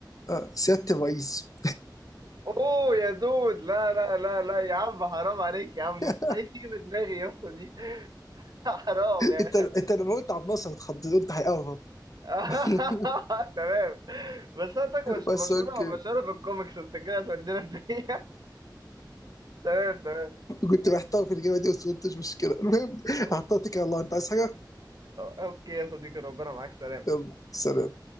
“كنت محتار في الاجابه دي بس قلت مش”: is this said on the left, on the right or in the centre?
Left